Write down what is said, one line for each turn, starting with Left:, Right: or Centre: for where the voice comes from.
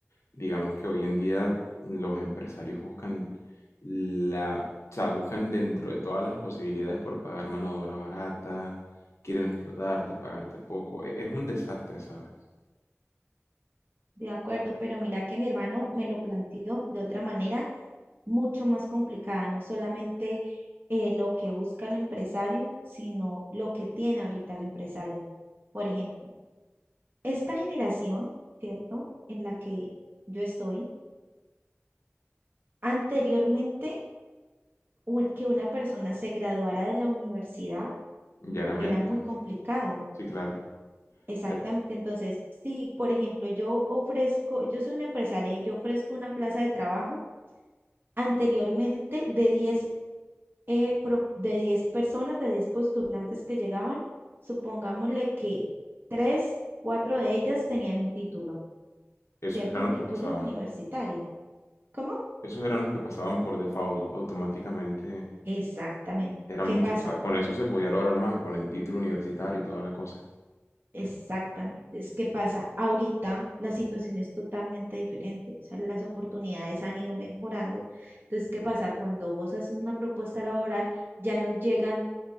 Left: Digamos que hoy en día los empresarios buscan la, o sea, buscan dentro de todas las posibilidades por pagar mano de obra barata, quieren explotarte, pagarte poco. E- Es un desastre, ¿sabes?
Right: de acuerdo, pero mira que mi hermano me lo planteó de otra manera mucho más complicada, no solamente eh, lo que busca el empresario, sino lo que tiene ahorita el empresario. Por ejemplo, esta generación, ¿cierto? En la que yo estoy, anteriormente u- que una persona se graduara de la universidad
Left: Ya era mérito.
Right: era muy complicado
Left: Sí, claro.
Right: Exactamente.
Left: E-
Right: Entonces, si, por ejemplo, yo ofrezco, yo soy una empresaria y yo ofrezco una plaza de trabajo, anteriormente de 10 eh, pro- de 10 personas, de 10 postulantes que llegaban, supongámosle que 3 4 de ellas tenían un título,
Left: Esos
Right: ¿cierto?
Left: eran
Right: Un
Left: los
Right: título
Left: que pasaban.
Right: universitario. ¿Cómo?
Left: Esos eran los que pasaban por default, automáticamente.
Right: Exactamente.
Left: Eran
Right: ¿Qué
Left: muchos.
Right: pasa?
Left: O sea, con eso se podía lograr más, con el título universitario y toda la cosa.
Right: Exactamente. Es que pasa, ahorita la situación es totalmente diferente, o sea, las oportunidades han ido mejorando. Entonces, ¿qué pasa? Cuando vos haces una propuesta laboral, ya no llegan,